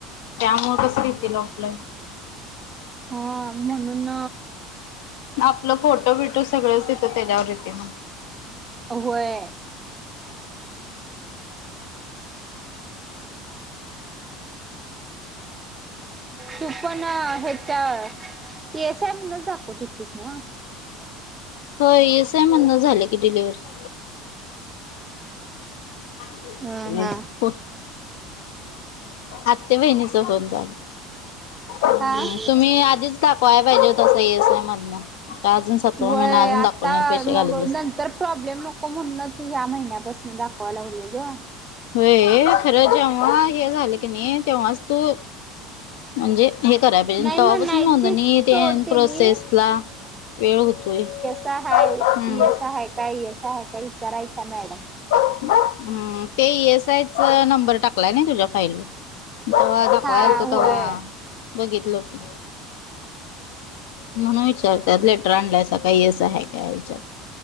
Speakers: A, on the left; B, on the right.
A: त्यामु कस घतील ऑफलाईन.
B: हा म्हणून
A: आपलं फोटो बिटो सगळंच देतं त्याच्यावर येते मग.
B: अ होय तू पण ह्याच्या एसय म्हणच दाखव चुतीस ना.
A: हो येस आहे म्हण झालं की डिलव्ह. <inaudible>
B: हम्म हम्म
A: आत्यबाहिनीचा फोन होता. हम्म
B: आ
A: तुम्ही आधीच दाखवाय पाहिजे तसा येसाय मधुन तसा अजून सातवा
B: व्हय
A: महिना अजून
B: आता
A: दाखवला नाही पैसे घालत
B: मग
A: बस
B: नंतर प्रॉब्लेम नको म्हणूनच ह्या महिन्यापासून दाखवाव लागले ग,
A: होय खरं जेव्हा हे झालं की नाही तेव्हाच तू म्हणजे, हे करायला पाहिजे
B: नाही
A: तेव्हा
B: म्हणायची
A: पासुन नोंदणी ते
B: सोड तेनी
A: प्रोसेस ला वेळ होतोय.
B: काय आहे,
A: हम्म
B: काय ये येसाय आहे का, येसाय आहे का काय विचारायचा मॅडम,
A: हम्म ते येसाय चा नंबर टाकलाय नाही तुझ्या फाईलवर, तेव्हा दाखवायला
B: हा
A: आलो होतो तेव्हा
B: होय
A: बघितलं होते. म्हणून विचारतत लेटर आणलय का येसाय काही असं आहे काय विचारत.